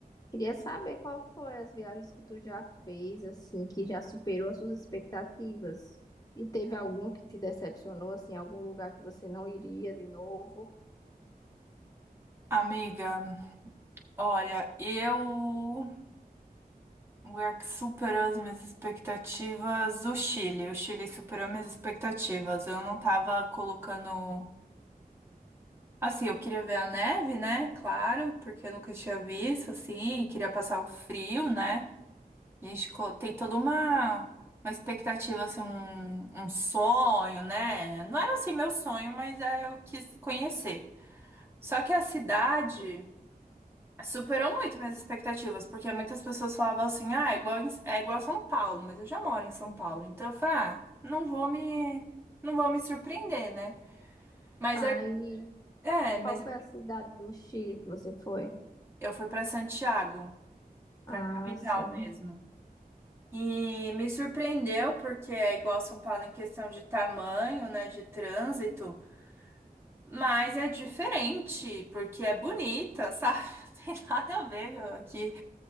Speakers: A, on the left; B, on the right.
A: queria saber qual foi as viagens que tu já fez, assim, que já superou as suas expectativas. E teve alguma que te decepcionou, assim, algum lugar que você não iria de novo?
B: Amiga, olha, eu o lugar que superou as minhas expectativas, o Chile. O Chile superou minhas expectativas. Eu não tava colocando. Assim, eu queria ver a neve, né? Claro, porque eu nunca tinha visto, assim, e queria passar o frio, né? A gente co- tem toda uma, uma expectativa, assim, um, um sonho, né? Não era assim meu sonho, mas é, eu quis conhecer. Só que a cidade superou muito minhas expectativas, porque muitas pessoas falavam assim, ah, é igual, em- é igual a São Paulo, mas eu já moro em São Paulo, então eu falei, ah, não vou me, não vou me surpreender, né? Mas
A: Aí,
B: eu, é,
A: qual
B: mas
A: foi a cidade do Chile que você foi?
B: eu fui pra Santiago,
A: Ah,
B: pra capital
A: sim, né?
B: mesmo. E me surpreendeu porque é igual a São Paulo em questão de tamanho, né, de trânsito, mas é diferente, porque é bonita, sabe? <laughs> Não tem nada a ver aqui.